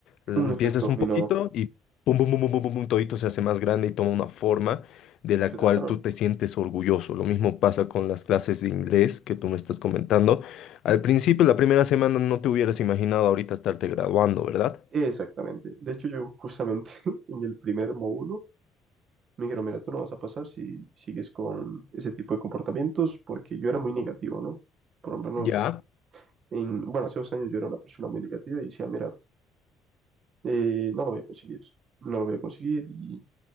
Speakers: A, on the left (about 70°); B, on the right (about 40°).
A: Eh, Empiezas
B: Un efecto dominó,
A: un poquito y pum, pum, pum, pum, pum, pum, pum, todito se hace más grande y toma una forma de la
B: claro,
A: cual tú te sientes orgulloso. Lo mismo pasa con las clases de inglés que tú me estás comentando. Al principio, la primera semana, no te hubieras imaginado ahorita estarte graduando, ¿verdad?
B: exactamente. De hecho, yo justamente <laughs> en el primer módulo me dijeron, mira, tú no vas a pasar si sigues con ese tipo de comportamientos, porque yo era muy negativo, ¿no? Por lo menos
A: Ya.
B: en, bueno, hace dos años yo era una persona muy negativa y decía, mira, eh, no lo voy a conseguir, no lo voy a conseguir. Y,